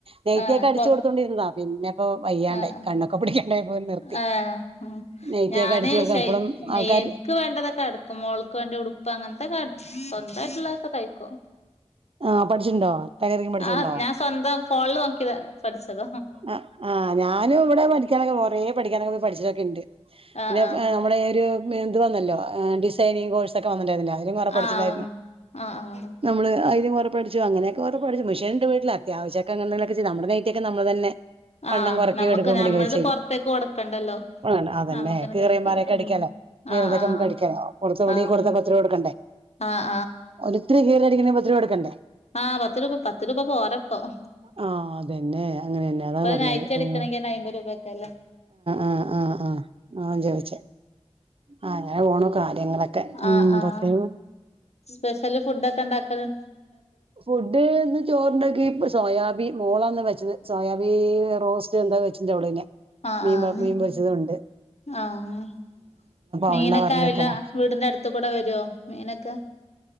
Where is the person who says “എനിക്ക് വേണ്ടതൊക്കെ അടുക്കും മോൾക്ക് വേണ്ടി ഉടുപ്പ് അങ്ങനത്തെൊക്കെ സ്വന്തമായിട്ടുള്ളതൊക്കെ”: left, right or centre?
Left